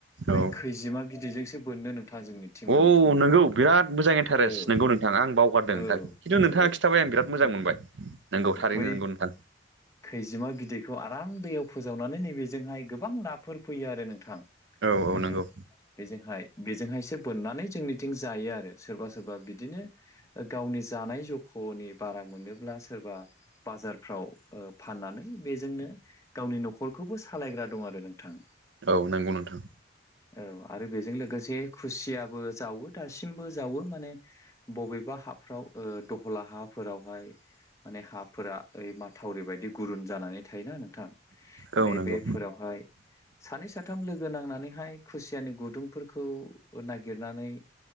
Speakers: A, on the left; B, on the right.
A: बै
B: औ
A: खैजोमा बिदैजोंसो बोननो नोंथां जोंनिथिं
B: औ
A: माने।
B: नोंगौ बिराद मोजां इन्टारेस्ट
A: औ
B: नोंगौ नोंथां आं बावगारदों
A: औ
B: खिन्थु
A: नंगौ
B: नोंथा खिथाबाय आं बिराद मोजां
A: औ
B: मोनबाय। नोंगौ थारैनो
A: बै
B: नोंगौ नोंथां।
A: खैजिमा बिदैखौ आराम दैयाव फोजावनानै नैबेजोंहाय गोबां ना फोर फैयो आरो नोंथां
B: औ
A: माने।
B: औ नोंगौ
A: बेजोंहाय बेजोंहायसो बोननानै जोंनिथिं जायो आरो। सोरबा सोरबा बिदिनो गावनि जानाय जु हनि बारा मोनोब्ला सोरबा बाजारफ्राव फाननानै बेजोंनो गावनि न'खरखौबो सालायग्रा दं आरो नोंथां।
B: औ नंगौ नोंथां।
A: औ आरो बेजों लोगोसे खुसियाबो जावो। दासिमबो जावो माने बबेबा हाफ्राव दहला हाफोरावहाय माने हाफोरा ओरै माथ थावरि बायदि गुरुन जानानै थायोना नोंथां
B: औ
A: नैबेफोरावहाय
B: नोंगौ
A: सानै साथाम लोगो नांनानैहाय खुसियानि गुदुंफोरखौ नागिरनानै